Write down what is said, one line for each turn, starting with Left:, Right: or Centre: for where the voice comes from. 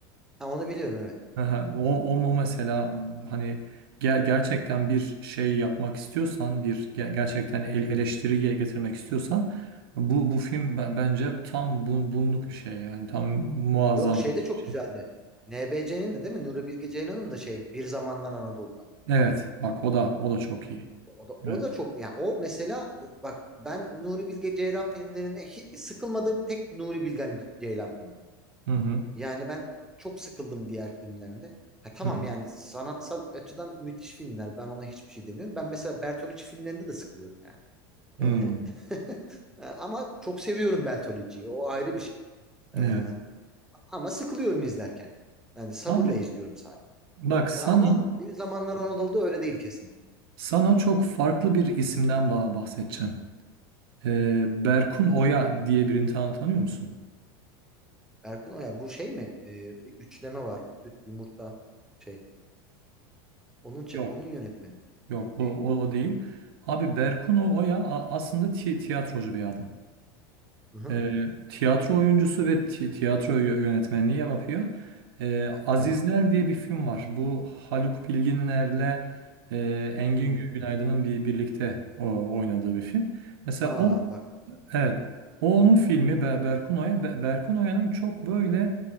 Centre: Ha, onu biliyorum evet.
Right: Aha, o, o, o mesela hani ge- gerçekten bir şey yapmak istiyorsan, bir ge- gerçekten el-
Centre: Hı.
Right: eleştiriye getirmek istiyorsan bu bu film be- bence tam bu, bunluk bir şey yani tam muazzam
Centre: Yok şey
Right: bir
Centre: de çok
Right: şey.
Centre: güzeldi. NBC'nin de değil mi? Nuri Bilge Ceylan'ın da şey Bir Zamanlar Anadolu'da.
Right: Evet, bak o da o da çok iyi.
Centre: O, o da, o
Right: Evet.
Centre: da çok yani o mesela bak ben Nuri Bilge Ceylan filmlerinde hiç sıkılmadığım tek Nuri Bilge Ceylan filmi.
Right: Hı hı.
Centre: Yani ben çok sıkıldım diğer filmlerinde. Ha, tamam
Right: Hı hı.
Centre: yani sanatsal açıdan müthiş filmler. Ben ona hiçbir şey demiyorum. Ben mesela Bertolucci filmlerinde de sıkılıyorum yani.
Right: Hı.
Centre: Ee, e, ama çok seviyorum Bertolucci'yi. O ayrı bir şey. Ee,
Right: Evet.
Centre: ama sıkılıyorum izlerken. Yani sabırla
Right: Abi
Centre: izliyorum sadece.
Right: bak sana
Centre: Ee, ama bir zamanlar Anadolu'da öyle değil kesin.
Right: sana çok farklı bir isimden ba- bahsedeceğim. Ee, Berkun Oya diye birini tan- tanıyor musun?
Centre: Erkun Oya bu şey mi? Ee, bir üçleme var. Süt, yumurta, şey. Onun çe-
Right: Yok.
Centre: onun yönetmeni mi?
Right: Yok
Centre: Yok
Right: o,
Centre: değil.
Right: o, o değil. Abi Berkun O- Oya a- aslında ti- tiyatrocu bir adam.
Centre: Hı-hı.
Right: Ee, tiyatro oyuncusu ve ti- tiyatro yö- yönetmenliği yapıyor. Ee, Azizler
Centre: Evet.
Right: diye bir film var. Bu Haluk Bilginer'le e, Engin
Centre: Hmm.
Right: Günaydın'ın bir birlikte o, oynadığı bir film. Mesela
Centre: Aa
Right: o
Centre: bak.
Right: Evet. O onun filmi Be- Berkun Be- Berkun çok böyle